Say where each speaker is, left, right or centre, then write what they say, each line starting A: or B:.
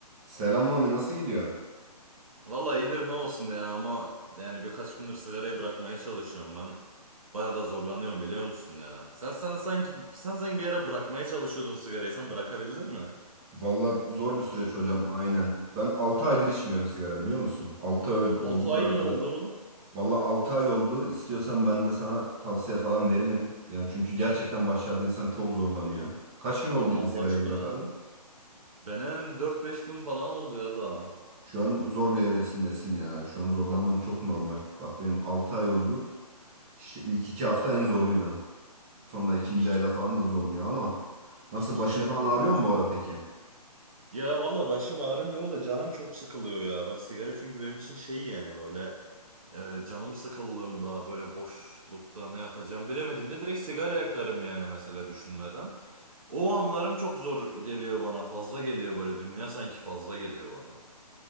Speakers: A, on the right; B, on the right.
A: Selam Mami nasıl gidiyor?
B: Valla iyidir ne olsun ya ama yani birkaç gündür sigarayı bırakmaya çalışıyorum ben. Baya da zorlanıyorum biliyor musun ya? Sen sen sanki sen sanki bir ara bırakmaya çalışıyordun sigarayı. Sen bırakabildin mi?
A: Valla zor bir süreç hocam aynen. Ben 6 aydır içmiyorum sigara biliyor musun? 6 ay oldu
B: 6 ay
A: bırakalı.
B: mı oldu? mu?
A: Valla 6 ay oldu. İstiyorsan ben de sana tavsiye falan veririm. Yani çünkü gerçekten başlarda insan çok zorlanıyor. Kaç gün oldu
B: Oğlum
A: dedin
B: Allah
A: sigarayı
B: aşkına.
A: bırakalı?
B: Benim dört beş gün falan oldu ya da.
A: Şu an zor bir evresindesin ya. Şu an zorlanman çok normal. Bak benim 6 ay oldu. İşte ilk 2 hafta en zoruydu. Sonra ikinci
B: İlk
A: ayda falan da zorluyor ama. Nasıl
B: ilk
A: başın
B: iki
A: falan
B: hafta
A: ağrıyor
B: diyorsun
A: mu bu ara
B: ya.
A: peki?
B: Ya valla başım ağrımıyor da canım çok sıkılıyor ya. Ben sigara çünkü benim için şey yani böyle Ee, canım sıkıldığında böyle boşlukta ne yapacağım bilemediğimde direkt sigara yakarım yani mesela düşünmeden. O anlarım çok zor geliyor bana fazla geliyor böyle dünya sanki fazla geliyor bana.